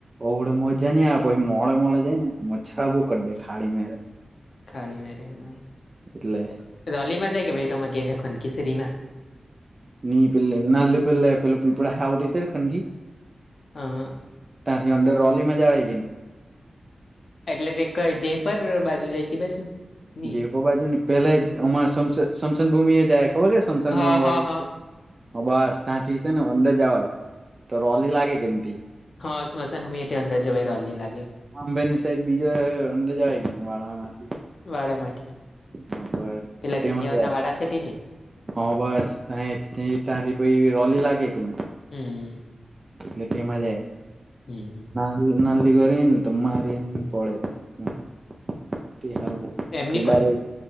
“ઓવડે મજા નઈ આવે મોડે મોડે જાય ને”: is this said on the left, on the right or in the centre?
Right